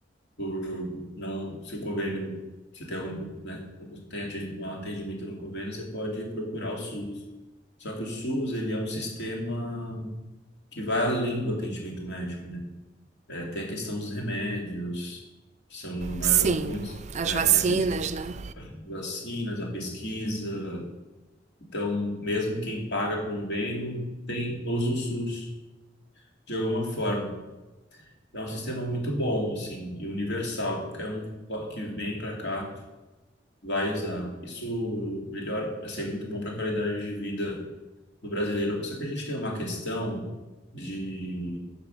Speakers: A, on the left (about 70°); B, on the right (about 40°).
A: por não, se o convênio, se tem algum, né, se tem atendi- um atendimento no convênio, você pode procurar o SUS. Só que o SUS, ele é um sistema que vai além do atendimento médico, né? É, tem a questão dos remédios, que são mai-
B: Sim,
A: muitos,
B: as
A: né?
B: vacinas,
A: Tem a questão
B: né?
A: das vacinas, a pesquisa. Então, mesmo quem paga convênio tem, usa o SUS de alguma forma. É um sistema muito bom, assim, e universal. Qualquer um que vem para cá vai usar. Isso melhora, assim, é muito bom para a qualidade de vida do brasileiro. Só que a gente tem uma questão de